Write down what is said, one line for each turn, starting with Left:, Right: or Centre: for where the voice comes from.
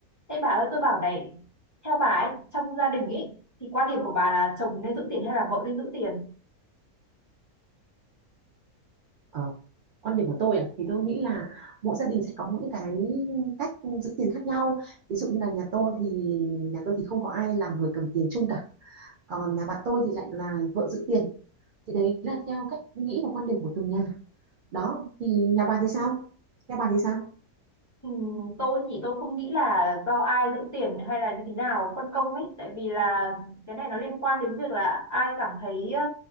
Left: Ê bà ơi tôi bảo này Theo bà ấy trong gia đình ấy Thì quan điểm của bà là chồng nên giữ tiền hay là vợ nên giữ tiền
Right: Ờ, quan điểm của tôi à thì tôi nghĩ là mỗi gia đình sẽ có những cái cách giữ tiền khác nhau ví dụ như là nhà tôi thì nhà tôi thì không có ai là người cầm tiền chung cả còn nhà bạn tôi thì lại là vợ giữ tiền thì đấy là theo cách nghĩ và quan điểm của từng nhà đó thì nhà bà thì sao nhà bà thì sao
Left: Ừm, Tôi thì tôi không nghĩ là do ai giữ tiền hay là như thế nào phân công ấy Tại vì là cái này nó liên quan đến việc là ai cảm thấy ờ,